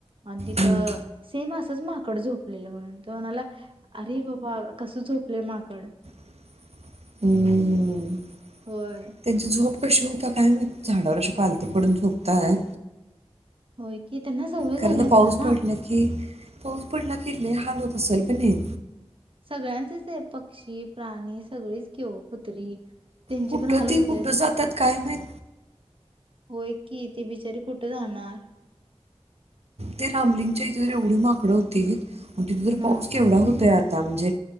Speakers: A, on the right; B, on the right.
A: आणि तिथं
B: हम्म.
A: सेम असंच माकड झोपलेलं तू म्हणाला अरे बाबा कसं झोपले माकड
B: हुं, हुं, हु
A: होय.
B: त्यांची झोप कशी होता काय झाडावर असं पालथ पडून झोपताय
A: होय की त्यांना सवय
B: खरं
A: झाली
B: तर
A: असणार
B: पाऊस
A: ना
B: पडला की पाऊस पडल्यावर किती हाल होत असेल की नाही
A: सगळ्यांचेच आहे पक्षी प्राणी सगळीच घेऊ कुत्री त्यांची
B: कुठं
A: पण हलत
B: ती
A: होतेच
B: कुठं जातात
A: की
B: काय माहित
A: हो एक कि ती बिचारी कुठे जाणार
B: ते रामलिंगच्या इथे एवढी माकडं होती प तिथे ज
A: ना
B: पाऊस केवढा होतोय आता म्हणजे